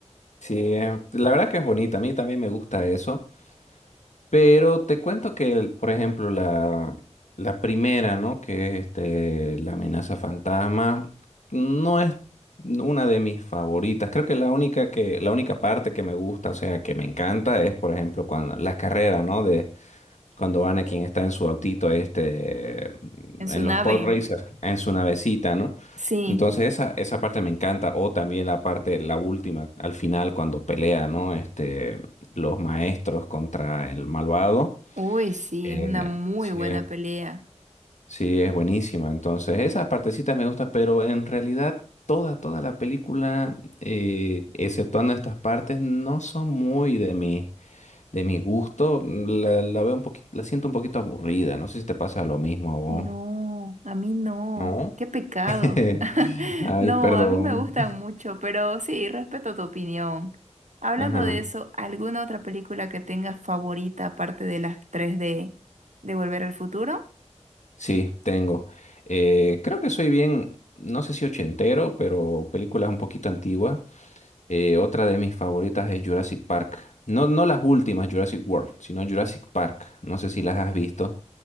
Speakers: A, on the left (about 75°); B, on the right (about 80°).
A: Sí, eh, la verdad que es bonita, a mí también me gusta eso. Pero te cuento que, el- por ejemplo, la, la primera, ¿no? Que es este, la amenaza fantasma, no es una de mis favoritas. Creo que la única que, la única parte que me gusta, o sea, que me encanta es, por ejemplo, cuando las carreras, ¿no? Cuando Anakin está en su autito, este,
B: En su
A: en
B: nave.
A: los pod racers, en su navecita, ¿no?
B: Sí.
A: Entonces esa, esa parte me encanta. O también la parte, la última, al final, cuando pelea, ¿no? Este, los maestros contra el malvado.
B: Uy, sí,
A: Eh,
B: es una muy
A: sí,
B: buena pelea.
A: sí, es buenísima. Entonces esas partecitas me gustan, pero en realidad toda, toda la película, eh, exceptuando estas partes, no son muy de mí. De mi gusto, la, la veo un poquito, la siento un poquito aburrida. No sé si te pasa lo mismo a vos.
B: No, a mí no.
A: ¿No?
B: Qué pecado.
A: <laughs>
B: <laughs>
A: Ay,
B: No,
A: perdón.
B: a mí me gustan mucho, pero sí, respeto tu opinión. Hablando
A: Ajá.
B: de eso, ¿alguna otra película que tengas favorita aparte de las tres de, de Volver al Futuro?
A: Sí, tengo. Eh, creo que soy bien, no sé si ochentero, pero películas un poquito antiguas. Eh, otra de mis favoritas es Jurassic Park. No, no las últimas Jurassic World, sino Jurassic Park. No sé si las has visto.